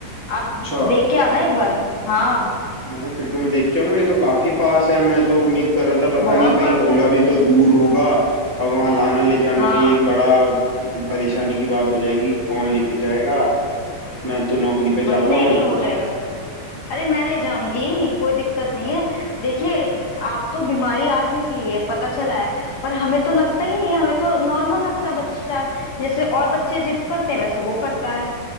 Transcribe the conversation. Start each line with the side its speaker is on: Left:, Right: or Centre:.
Left: आप
Right: अच्छा
Left: देख के आना एक बार हाँ
Right: अच्छा फिर तो मैं देख के आऊंगा ये तो काफी पास है मैं तो उम्मीद कर रहा था पता
Left: बहुत
Right: नहीं कहीं
Left: पास
Right: होगा
Left: है
Right: भी तो दूर होगा और वहां लाना ले जाना
Left: हाँ
Right: भी एक बड़ा परेशानी की बात हो जाएगी कौन लेके जाएगा मैं तो नौकरी
Left: वही
Right: पे जाता
Left: नहीं
Right: हूँ
Left: नहीं हो जाएगा अरे मैं ले जाऊंगी कोई दिक्कत नहीं है देखिए आप तो बीमारी आज निकली है पता चला है पर हमें तो लगता ही नहीं है, हमें तो नॉर्मल लगता है बच्चा जैसे और बच्चे जिद करते हैं वैसे वो करता है